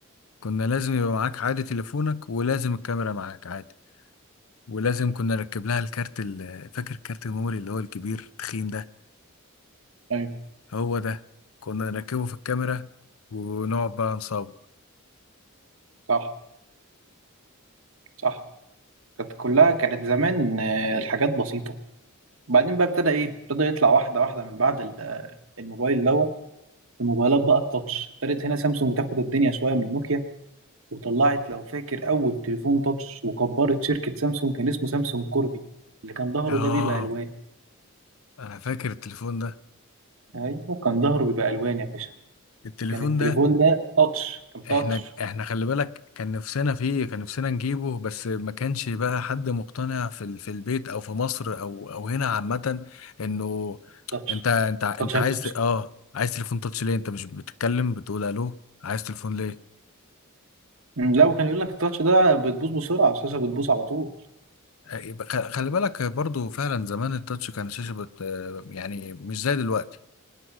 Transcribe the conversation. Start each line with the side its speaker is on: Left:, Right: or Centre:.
Left: كنا لازم يبقى معاك عادي تليفونك ولازم الكاميرا معاك عادي ولازم كنا نركب لها الكارت ال- فاكر الكارت الميموري اللي هو الكبير التخين ده
Right: ايوه
Left: هو ده كنا نركبه في الكاميرا ونقعد بقى نصور
Right: صح صح كانت كلها كانت زمان آه، الحاجات بسيطه بعدين بقى ابتدى ايه ابتدى يطلع واحده واحده من بعد ال- آه، الموبايل دوت الموبايلات بقى التاتش ابتدت هنا سامسونج تاخد الدنيا شويه من نوكيا وطلعت لو فاكر اول تليفون تاتش وكبرت شركه سامسونج كان اسمه سامسونج كوربي اللي كان ظهره
Left: اه
Right: ده بيبقى الوان
Left: انا فاكر التليفون ده
Right: ايوه كان ظهره بيبقى الوان يا باشا
Left: التليفون
Right: كان التليفون
Left: ده
Right: ده تاتش كان تاتش
Left: احنا احنا خلي بالك كان نفسنا فيه كان نفسنا نجيبه بس ما كانش بقى حد مقتنع في ال- في البيت او في مصر او او هنا عامة انه
Right: تاتش
Left: انت انت انت
Right: تاتش هيبوظ
Left: عايز
Right: بسرعه
Left: ت- اه عايز تليفون تاتش ليه انت مش بتتكلم بتقول الو عايز تليفون ليه
Right: مم، لا وكان يقول لك التاتش ده بتبوظ بسرعه الشاشه بتبوظ على طول
Left: آه، يبقى خ- خلي بالك برضو فعلا زمان التاتش كان شاشة بت آه، يعني مش زي دلوقتي